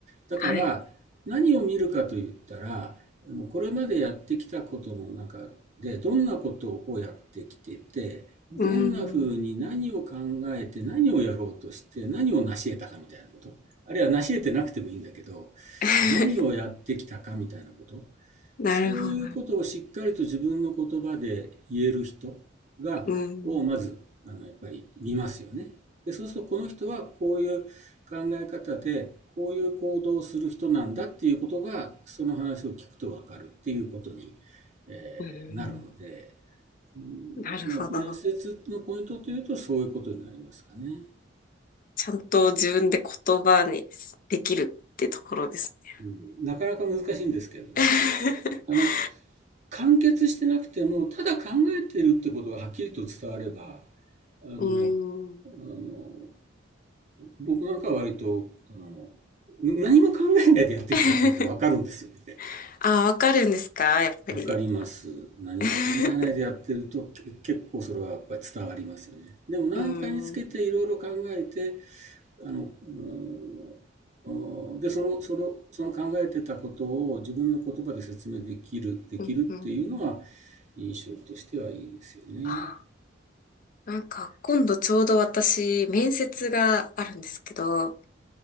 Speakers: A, on the right; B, on the left.
A: だから、
B: はい。
A: 何を見るかと言ったら、これまでやってきたことの中で、どんなことをやってきてて、どんな風に何を考えて何をやろうとして何を成し得たかみたいなこと。
B: うん。
A: あるいは成し得てなくてもいいんだけど、
B: <laughs>
A: 何をやってきたかみたいなこと
B: なるほど。
A: そういうことをしっかりと自分の言葉で言える人がをまずあのやっぱり見ますよね。
B: うん。
A: でそうするとこの人はこういう考え方でこういう行動をする人なんだっていうことがその話を聞くと分かるっていうことに、え
B: うん。
A: ーなるので、うんまあ、
B: なるほど。
A: 面接のポイントというとそういうことになりますかね。
B: ちゃんと自分で言葉にできるってところですね。
A: うん、なかなか難しいんですけどね。
B: <laughs>
A: あの完結してなくても、ただ考えてるってことがはっきりと伝われば、あの、
B: うん。
A: あの、あの僕なんかは割と、あの、何も考えないでやってきたって分かるんですよね。
B: <laughs> あ、わかるんですかやっぱり。
A: わかります。何も考えないでやってるとけ結構それはやっぱり伝わりますよね。
B: <laughs>
A: でも何かにつけていろいろ考えて、
B: うん。うん
A: あの、うんで、その、それを、その考えてたことを自分の言葉で説明できる、できるっていうのは
B: うんうん。
A: 印象としてはいいですよね。
B: あ、なんか今度ちょうど私、面接があるんですけど、